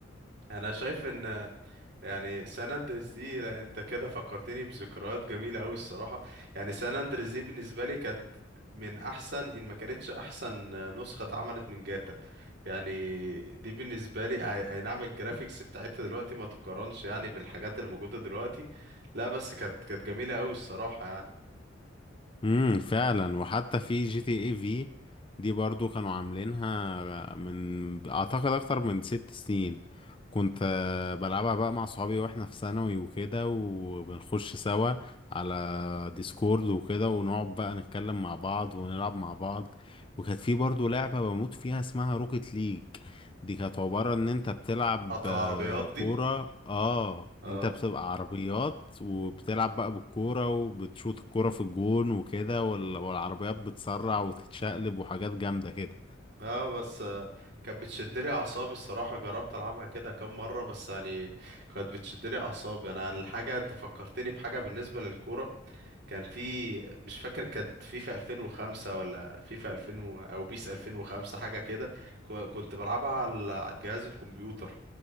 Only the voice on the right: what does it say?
أنا شايف إن يعني سان أندريس دي لا أنت كده فكرتني بذكريات جميلة أوي الصراحة يعني سان أندريس دي بالنسبة لي كانت من أحسن إن ما كانتش أحسن نسخة اتعملت من جاتا يعني دي بالنسبة لي أي أي نعم الجرافيكس بتاعتها دلوقتي ما تقارنش يعني بالحاجات اللي موجودة دلوقتي لا بس كانت كانت جميلة أوي الصراحة يعني
قطر عربيات دي
اه
اه بس آه، كانت بتشد لي اعصابي الصراحه جربت العبها كده كام مره بس يعني كانت بتشد لي اعصابي انا الحاجه انت فكرتني بحاجه بالنسبه للكوره كان في مش فاكر كانت فيفا 2005 ولا فيفا 2000 و- او بيس 2005 حاجه كده كو- كنت بلعبها على على الجهاز الكمبيوتر